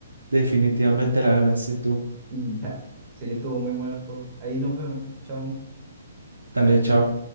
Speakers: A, on the right; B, on the right.
A: definitivamente la ganaste tú.
B: <laughs> ya. Sí, estuvo muy bueno el juego. Ahí nos vemos, chao.
A: Dale, chao.